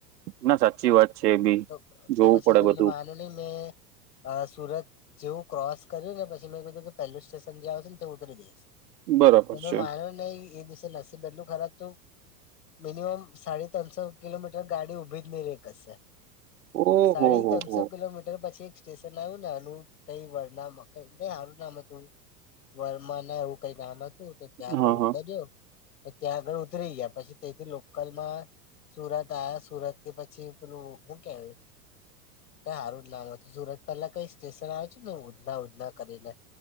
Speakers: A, on the right (about 75°); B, on the left (about 85°).
A: ના સાચી વાત
B: <inaudible>
A: છે એ બી જોવું
B: પછી
A: પડે
B: તમને
A: બધું
B: માનું નહી મેં અ સુરત જેવું ક્રોસ કર્યું ને પછી મેં કીધું કે પહેલું સ્ટેશન જે આવશે ને તય હું ઉતરી દઈશ. <unintelligible>
A: બરાબર છે
B: માનો નહી એ દિવસે નસીબ બટલું ખરાબ હતું. મિનિમમ સાળી ત્રણસો કિલોમીટર ગાડી ઉભી જ નય રહી કશ્શે
A: ઓહો
B: સાડી
A: હો
B: ત્રણસો
A: હો
B: કિલોમીટર પછી સ્ટેશન આયું નાનું કંઈ વરનામ, મકઈ ક‌ંઈ હારું જ નામ હતું. વરમાંના કે એવું કઈ નામ હતું તો ત્યાં
A: હા
B: આગળ
A: હા
B: ઉતર્યો તો તો ત્યાં આગળ ઉતરી ગયા પછી ત્યાંથી લોકલમાં સુરત આવ્યા સુરત થી પછી પેલું શું કેવાય કઈ સારું જ નામ હતું સુરત પહેલા કઈ સ્ટેશન આવે છે ઉધના ઉધના કરીને